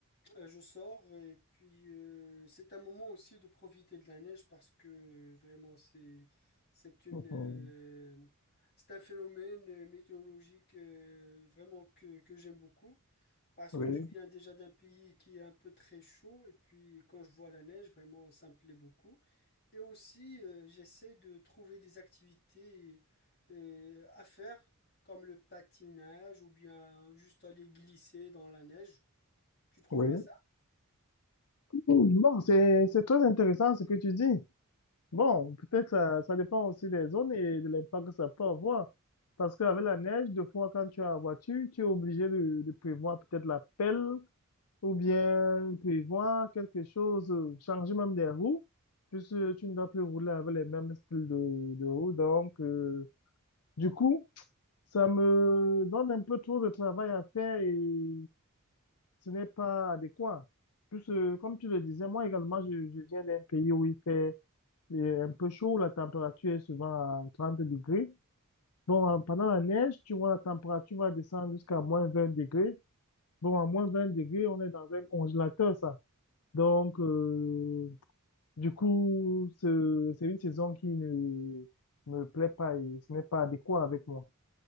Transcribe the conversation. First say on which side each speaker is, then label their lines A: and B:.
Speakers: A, on the left; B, on the left.
A: Euh, je sors et puis euh, c'est un moment aussi de profiter de la neige parce que vraiment c'est c'est une
B: Mhm.
A: euh, c'est un phénomène euh, météorologique euh, vraiment que, que j'aime beaucoup parce
B: Oui.
A: que je viens déjà d'un pays qui est un peu très chaud et puis quand je vois la neige vraiment ça me plaît beaucoup et aussi euh, j'essaie de trouver des activités euh, à faire comme le patinage ou bien juste aller glisser dans la neige. Tu trouves
B: Oui.
A: pas ça?
B: Bon, c'est, c'est très intéressant ce que tu dis. Bon, peut-être ça, ça dépend aussi des zones et de l'impact que ça peut avoir. Parce qu'avec la neige, des fois, quand tu as la voiture, tu es obligé de, de prévoir peut-être la pelle ou bien prévoir quelque chose, euh, changer même des roues, puisque tu ne dois plus rouler avec les mêmes styles de, de roues. Donc, euh, du coup, ça me donne un peu trop de travail à faire et ce n'est pas adéquat. Puisque, comme tu le disais, moi également, je, je viens d'un pays où il fait il est un peu chaud, la température est souvent à 30 degrés. Bon, euh, pendant la neige, tu vois, la température va descendre jusqu'à moins 20 degrés. Bon, à moins 20 degrés, on est dans un congélateur, ça. Donc, euh, du coup, ce- c'est une saison qui ne me plaît pas et ce n'est pas adéquat avec moi.